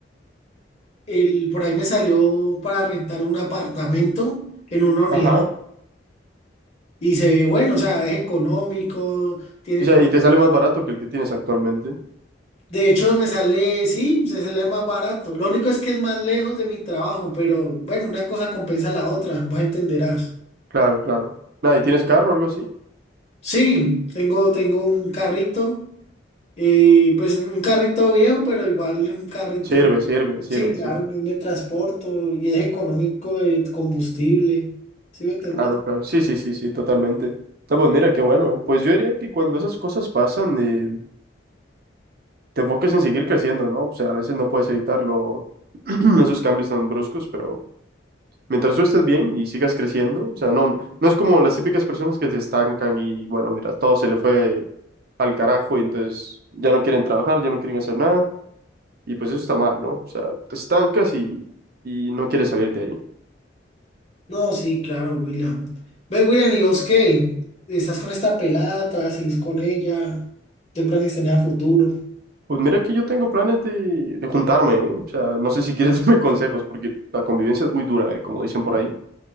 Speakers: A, on the left (about 35°); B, on the right (about 55°).
A: el- por ahí me salió para rentar un apartamento en una unidad
B: Ajá.
A: y se ve bueno, o sea, es económico, tiene
B: O sea,
A: para...
B: y te sale más barato que el que tienes actualmente.
A: De hecho, me sale, sí, se sale más barato. Lo único es que es más lejos de mi trabajo, pero bueno, una cosa compensa la otra, vos entenderás.
B: Claro, claro. Nada, ¿y tienes carro o algo así?
A: Sí, tengo, tengo un carrito. Y pues un carrito viejo, pero igual un carrito,
B: Sirve, sirve, sirve,
A: sí, claro,
B: sirve.
A: me transporto y es económico de combustible. ¿Sí me entendés?
B: Claro, claro. Sí, sí, sí, sí, totalmente. No, pues mira, qué bueno. Pues yo diría que cuando esas cosas pasan, eh, te enfoques en seguir creciendo, ¿no? O sea, a veces no puedes evitarlo, <clears throat> esos cambios tan bruscos, pero... Mientras tú estés bien y sigas creciendo, o sea, no, no es como las típicas personas que se estancan y bueno, mira, todo se le fue al carajo y entonces ya no quieren trabajar, ya no quieren hacer nada y pues eso está mal, ¿no? O sea, te estancas y, y no quieres salir de ahí.
A: No, sí, claro, William. Ve, William, ¿y vos qué? ¿Estás con esta pelada? ¿Todavía seguís con ella? ¿Qué planes tenés a futuro?
B: Pues mira que yo tengo planes de, de juntarme, ¿eh? O sea, no sé si quieres <laughs> darme consejos porque la convivencia es muy dura, ¿eh? Como dicen por ahí.